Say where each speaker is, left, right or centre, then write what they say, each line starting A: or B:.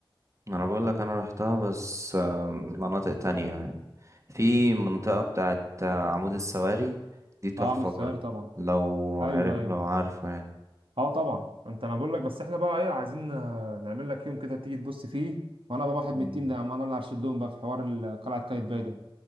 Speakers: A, on the right; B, on the right.
A: ما انا بقول لك انا رحتها بس آم، مناطق تانية يعني. في منطقة بتاعت آه، عمود السواري دي تحفة
B: آه عامل السيار
A: برضه
B: طبعا
A: لو عر...
B: أيوه أيوه
A: لو عارفه يعني
B: اه طبعا انت انا بقول لك بس احنا بقى ايه عايزين آه، نعمل لك يوم كده تيجي تبص فيه وانا بقى واحد
A: مم.
B: من التيم ده يا عم انا اللي هرشد لهم بقى في حوار ال- قلعه قايتباي ده